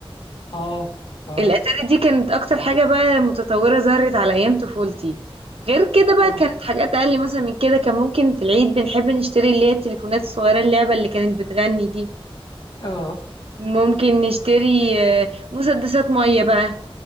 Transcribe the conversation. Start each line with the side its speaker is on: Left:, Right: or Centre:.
Left: اه اه
Right: الاتاري دي كانت اكتر حاجه بقى متطوره ظهرت على ايام طفولتي غير كده بقى
Left: اه
Right: كانت حاجات اقل مثلا من كده كان ممكن في العيد بنحب نشتري اللي هي التليفونات الصغيره اللعبه اللي كانت بتغني دي
Left: اه
Right: ممكن نشتري آه، مسدسات ميه بقى